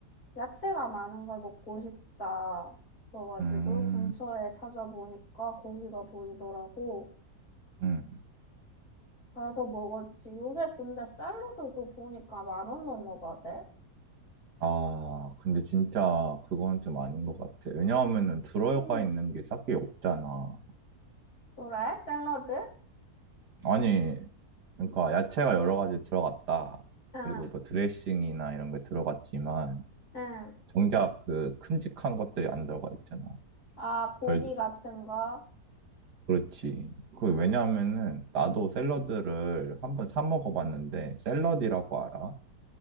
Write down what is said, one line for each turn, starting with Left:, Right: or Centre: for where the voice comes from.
Left: 야채가 많은 걸 먹고 싶다 싶어가지고,
Right: 음,
Left: 근처에 찾아보니까 거기가 보이더라고.
Right: 음.
Left: 그래서 먹었지. 요새 근데 샐러드도 보니까 만 원 넘어가대.
Right: 아, 근데 진짜 그건 좀 아닌 것 같아. 왜냐하면은 들어가
Left: 음,
Right: 있는 게 딱히 없잖아.
Left: 그래? 샐러드?
Right: 아니, 그러니까 야채가 여러 가지 들어갔다.
Left: 응,
Right: 그리고 뭐 드레싱이나 이런 게 들어갔지만
Left: 응.
Right: 정작 그 큼직한 것들이 안 들어가 있잖아.
Left: 아, 고기
Right: 덜,
Left: 같은 거.
Right: 그렇지. 그 왜냐하면은 나도 샐러드를 한 번 사 먹어봤는데 샐러디라고 알아?